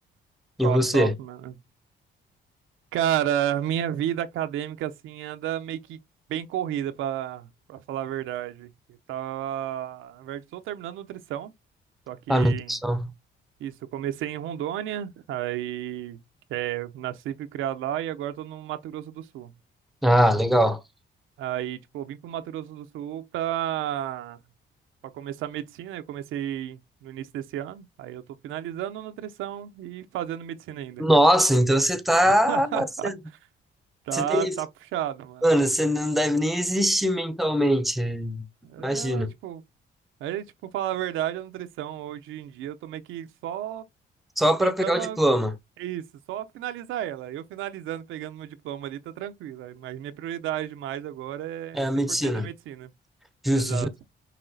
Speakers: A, in the centre; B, on the right (about 85°).
A: E
B: Top,
A: você?
B: top, mano. Cara, minha vida acadêmica assim anda meio que bem corrida pra para falar a verdade. Eu tava, na verdade, tô terminando nutrição, só que
A: Ah, nutrição.
B: isso, eu comecei em Rondônia, aí é, nasci e fui criado lá e agora tô no Mato Grosso do Sul.
A: Ah, legal.
B: Aí, tipo, eu vim pro Mato Grosso do Sul pra para começar medicina, eu comecei no início desse ano. Aí eu tô finalizando nutrição e fazendo medicina ainda.
A: Nossa, então você tá.
B: <laughs>
A: Você
B: Tá,
A: você tem.
B: tá puxado, mano.
A: Mano, você não deve nem existir mentalmente.
B: É,
A: Imagina.
B: mas, tipo, Aí, tipo, falar a verdade, a nutrição hoje em dia eu tô meio que só
A: Só para
B: tentando
A: pegar o diploma.
B: a- isso, só finalizar ela. Eu finalizando, pegando meu diploma ali, tá tranquilo. Aí, Mas minha prioridade mais agora é
A: É,
B: 100%
A: medicina.
B: a medicina.
A: Justo,
B: Exato.
A: justo.